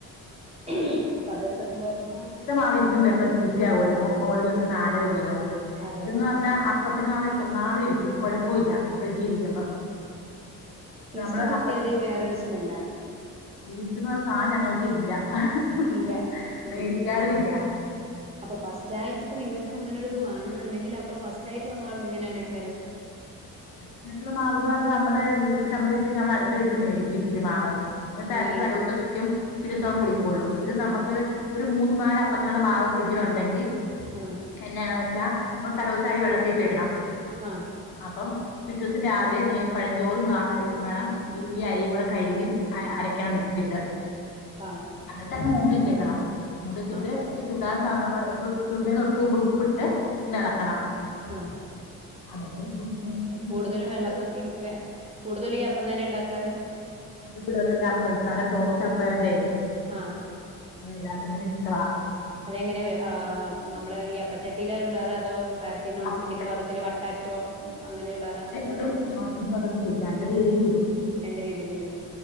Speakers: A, on the right; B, on the left.
A: <unintelligible> അപ്പൊ അതെടുത്തക്കുമ്പോ
B: <unintelligible> മാവ് ഇരിക്കുമ്പോൾ ഒക്കെ ചീത്ത ആകുമല്ലോ മോളിൽ വെക്കുന്ന
A: ആ
B: ആട
A: ആ
B: ഇടുല്ലോ
A: അതെ
B: ഇതെന്ന്
A: അതെ
B: പറഞ്ഞാൽ അപ്പത്തിന്റെ മാവ് എത്ര നാൾ ഇരിക്കും കുഴപ്പമില്ല ഫ്രിഡ്ജിൽ <inaudible>
A: ഈസ്റ്റ്
B: നമ്മള്
A: കൂട്ടിയാല്
B: അപ്പ
A: വേറൊരു സ്മെല്ലാണ്
B: ഈസ്റ്റ് എന്ന് പറയുന്ന സാധനം ഞങ്ങടെ വീട്ടിൽ ഇല്ല <inaudible>
A: ഇല്ല
B: മേടിക്കാറും
A: അപ്പം
B: ഇല്ല
A: അപ്പൊ ഫസ്റ്റ് ആയിട്ട് ഇപ്പ നിങ്ങൾക്ക് നിങ്ങൾക്ക് അങ്ങനെ ഒരു ഇത് വേണമെന്നുണ്ടെങ്കിൽ അപ്പോ ഫസ്റ്റ് ആയിട്ടുള്ള മാവ് എങ്ങനാണെക്കാരം
B: <inaudible> മാവ്ന്ന് പറഞ്ഞാൽ നമ്മള് ഇപ്പ നമ്മുടെ വീട്ടിൽ ഇല്ലെങ്കിൽ അടുത്ത വീട്ടീന്ന് മേടിക്കും ഇച്ചിരി മാവ് എന്നിട്ട്
A: അങ്ങനെയാണ്
B: അരച്ച് തലേദിവസം വെക്കും പിറ്റേദിവസം പുളിക്കുവൊള്ളൂ
A: ആ
B: ഇത് നമുക്ക് ഒരു മൂന്ന് നാല് അപ്പത്തിനോള മാവ് ഫ്രിഡ്ജിലഉണ്ടെങ്കിൽ
A: ആ <inaudible>
B: എന്തെയാണെന്ന് വച്ചാ നമ്മൾ തലേദിവസം അരി വെള്ളത്തിൽ ഇട്ട് വെക്കണം
A: ആഹ്
B: അപ്പ പിറ്റേ ദിവസം രാവിലെ പഴഞ്ചോറും വേണം ഈ അരിയും കൂടെ കഴുകി അരക്കണം മിക്സി ഇട്ട്
A: ആഹ്
B: എന്നിട്ട് അങ്ങ് മൂടി വെച്ചേക്കണം മൂടി വെച്ചിട്ട്
A: ആ
B: ചുടാൻ സമയമാകുമ്പോൾ ചുടുന്നതിന് തൊട്ടുമുമ്പ് ഉപ്പിട്ട് ഒന്ന് ഇളക്കണം
A: ആഹ്
B: എന്നിട്ട് <inaudible>
A: കൂടുതലും
B: രണ്ട്
A: വെള്ളപ്പം കൂടുതലും ഈ അപ്പം തന്നെ ഉണ്ടാക്കാറ്
B: പിള്ളേർക്ക് അല്ല ഈ അപ്പാ നല്ല സോഫ്റ്റ് അപ്പം ആയതുകൊണ്ട്
A: ആഹ്
B: എല്ലാവർക്കും തന്നെ ഇഷ്ടമാ
A: അതെങ്ങനെ നമ്മള് ഈ അപ്പച്ചട്ടിയില ഇടാർ അതോ പരത്തി നോൺസ്റ്റിക്കിന്റെ
B: അപ്പ
A: പാത്രത്തിൽ വട്ടാക്കി അങ്ങനെ ചൂടാറാ
B: അത് നോൺസ്റ്റിക്കിന്റെ പാത്രം ഒന്നുമില്ല <inaudible> ചൂടും
A: രണ്ട് രീതിയിലും ചൂടും.